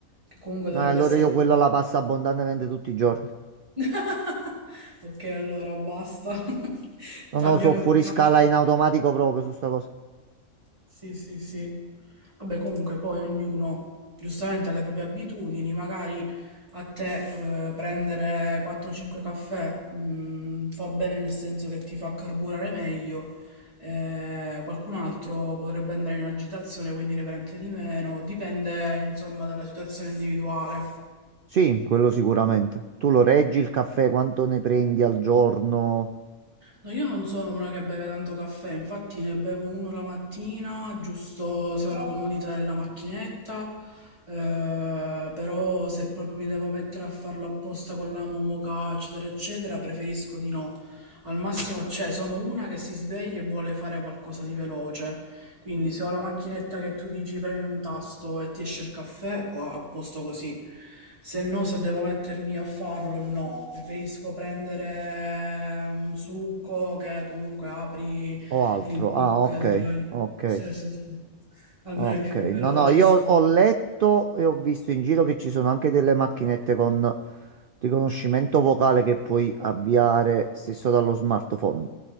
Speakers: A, on the right; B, on the right.
A: che comunque
B: Eh,
A: dovrebbe
B: allora
A: essere
B: io
A: tipo...
B: quella la passo abbondantemente tutti i giorni.
A: <laughs> Ok, allora basta. <laughs>
B: Non
A: Ci
B: lo
A: abbiamo,
B: so, fuori
A: diciamo...
B: scala in automatico proprio su sta cosa.
A: Sì, sì, sì. Vabbè, comunque poi ognuno giustamente ha le proprie abitudini, magari a te eh, prendere 4-5 caffè mh, fa bene nel senso che ti fa carburare meglio, eh, qualcun altro potrebbe andare in agitazione, quindi ne prende di meno, dipende insomma dalla situazione individuale.
B: Sì, quello sicuramente. Tu lo reggi il caffè, quanto ne prendi al giorno
A: No, io non sono una che beve tanto caffè, infatti ne bevo uno la mattina, giusto se ho la comodità della macchinetta, eh, però se proprio mi devo mettere a farlo apposta con la moka, eccetera, eccetera, preferisco di no. Al massimo, cioè, sono una che si sveglia e vuole fare qualcosa di veloce, quindi se ho la macchinetta che tu dici premi un tasto e ti esce il caffè, o apposto così. Se no, se devo mettermi a farlo, no. Preferisco prendere un succo che comunque apri
B: o altro?
A: il brick
B: Ah, ok,
A: già.
B: ok,
A: Sì, sì, sì. Almeno
B: ok.
A: è più veloce
B: No, no, io
A: e subito.
B: ho letto e ho visto in giro che ci sono anche delle macchinette con riconoscimento vocale che puoi avviare stesso dallo smartphone.